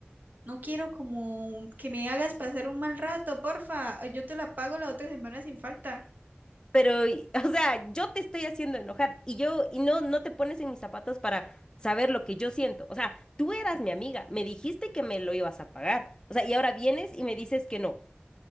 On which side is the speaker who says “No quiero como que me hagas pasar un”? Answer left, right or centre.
Right